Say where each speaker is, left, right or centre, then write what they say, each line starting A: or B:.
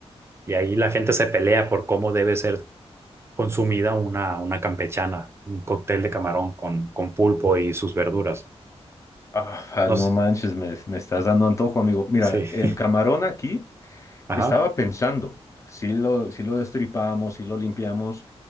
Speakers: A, on the right; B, on the left.
A: Y ahí la gente se pelea por cómo debe ser consumida una, una campechana, un cóctel de camarón con, con pulpo y sus verduras.
B: Ah, no
A: No sé.
B: manches, me, me estás dando antojo, amigo. Mira,
A: Sí.
B: el
A: <laughs>
B: camarón aquí
A: Ajá.
B: Estaba pensando, si lo, si lo destripamos, si lo limpiamos,